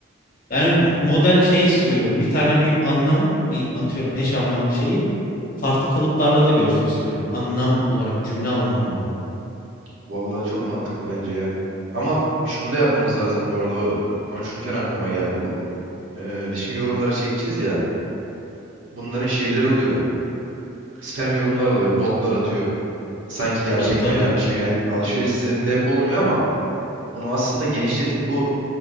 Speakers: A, on the left; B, on the right.
A: yani
B: Ya,
A: model şey istiyorum. Bir tane bir anlam, bir atıyorum eş anlamlı şeyi. farklı kalıplarla da görsün istiyorum. Anlam olarak, cümle anlamı olarak.
B: vallahi çok mantıklı bence ya. Ama şunu da yapmamız lazım bu arada. o- Konuşurken aklıma geldi bu. Ee, biz şimdi yorumları çekeceğiz ya. Bunların şeyleri oluyor. Spam yorumlar oluyor. Botlar atıyor. Sanki gerçekten
A: Tabii tabii.
B: yapmış gibi. Yani alışveriş sitelerinde hep olmuyor ama bunu aslında genişletip bu